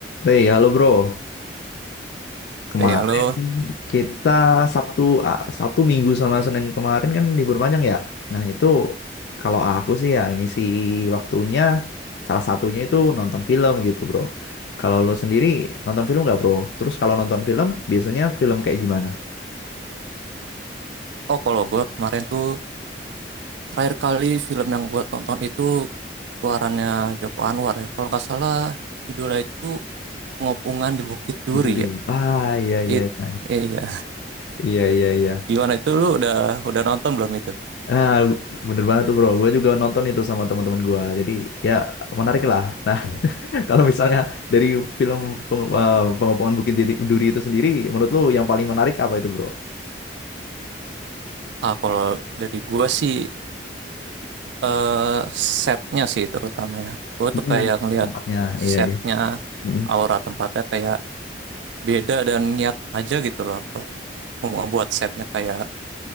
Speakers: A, on the left; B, on the right.
A: Woi, halo bro. Kemarin
B: Eh, halo.
A: kita Sabtu ah, Sabtu Minggu sama Senin kemarin kan libur panjang ya. Nah, itu kalau aku sih ya ngisi waktunya salah satunya itu nonton film gitu, bro. Kalau lo sendiri nonton film nggak, bro? Terus kalau nonton film biasanya film kayak gimana?
B: Oh, kalau gue kemarin tuh terakhir kali film yang gue tonton itu keluarannya Joko Anwar ya. Kalau nggak salah judulnya itu Pengopungan di Bukit Duri
A: Gitu, Ri.
B: ya.
A: Ah, iya iya
B: Itu
A: iya.
B: sih. iya.
A: Iya iya iya.
B: Gimana itu lu udah udah nonton belum itu?
A: Nah, bener banget tuh, bro. Gue juga nonton itu sama teman-teman gue. Jadi ya menarik lah. Nah, Kalau misalnya dari film peng- eh, Pengepungan Bukit Duri, Duri itu sendiri, menurut lu yang paling menarik apa itu, bro?
B: Ah, kalau dari gue sih eh, setnya sih terutama ya. Gue tuh
A: Hmm.
B: kayak ngelihat
A: Tempatnya, iya
B: setnya,
A: iya. Mm-mm.
B: aura tempatnya kayak beda dan niat aja gitu loh. Mau ngebuat setnya kayak